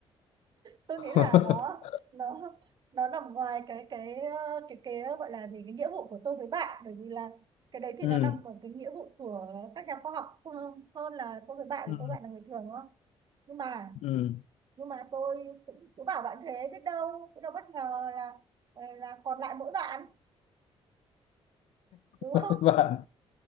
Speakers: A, on the right (about 40°); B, on the left (about 80°).
A: tôi
B: <laughs>
A: nghĩ là nó nó nó nằm ngoài cái cái ờ, cái cái ờ, gọi là gì cái nghĩa vụ của tôi với bạn bởi vì là cái đấy thì
B: ừ
A: nó nằm ở cái nghĩa vụ của các nhà khoa học hơn, hơn là tôi với bạn
B: ừ
A: của tôi với bạn là người thường đúng không nhưng mà
B: ừ
A: nhưng mà tôi cũng cứ bảo bạn thế biết đâu biết đâu bất ngờ là ờ, là còn lại mỗi bạn đúng
B: <laughs>
A: không <laughs>
B: bạn